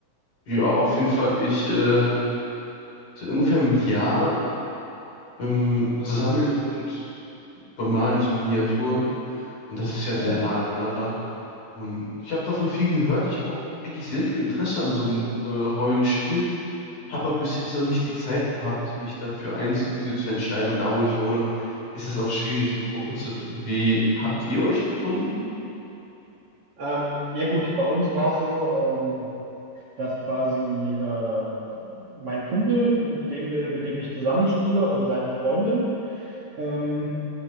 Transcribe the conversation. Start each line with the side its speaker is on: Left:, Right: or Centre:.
Left: Ja, auf jeden Fall. Ich ähm, seit ungefähr einem Jahr ähm, sammle und bemale ich Miniaturen und das ist ja
Right: Ja,
Left: sehr nah aneinander. Und ich habe davon viel gehört. Ich habe auch eigentlich sehr viel Interesse an so einem äh, Rollenspiel, habe aber bis jetzt noch nicht die Zeit gehabt, mich dafür eins irgendwie zu entscheiden. Und da, wo ich wohne, ist es auch schwierig, eine Gruppe zu finden. Wie habt ihr euch gefunden?
Right: ähm, ja gut, bei uns war es so, ähm, dass quasi äh, mein Kumpel, mit dem wir, mit dem ich zusammenspiele und seine Freundin ähm,